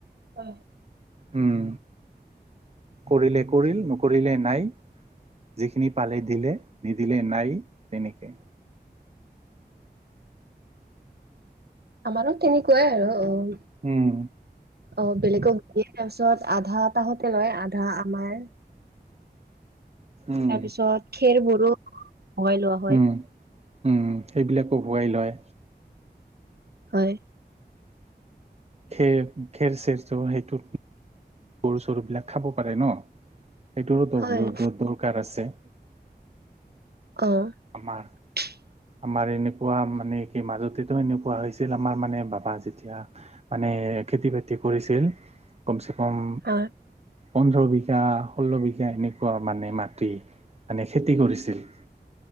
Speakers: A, on the right; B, on the right.
A: হয়।
B: উম। কৰিলে কৰিল নকৰিলে নাই যিখিনি পালে দিলে। নিদিলে নাই তেনেকে।
A: আমাৰো তেনেকুৱাই আৰু অ',।
B: উম।
A: অ বেলেগক দিয়ে তাৰপিছত আধা তাহতে লয় আধা আমাৰ
B: উম
A: তাৰ পিছত খেৰ বোৰো ভগাই লোৱা হয়।
B: উম উম। সেইবিলাকো ভগাই লয়।
A: হয়।
B: খেৰ, খেৰ চেৰ, চেৰ সেইটোত গৰু চৰুবিলাক খাব পাৰে ন। সেইটোৰো দৰ
A: হয়
B: দৰ দৰকাৰ আছে।
A: অ
B: আমাৰ
A: <unintelligible> <inaudible>
B: আমাৰ এনেকুৱা মানে কি মাজতেতো এনেকুৱা হৈছিল আমাৰ মানে বাবা যেতিয়া মানে। খেতি বাতি কৰিছিল কম চে কম
A: হয়
B: পোন্ধৰ বিঘা ষোল্ল বিঘা এনেকুৱা মানে মাটি মানে খেতি কৰিছিল।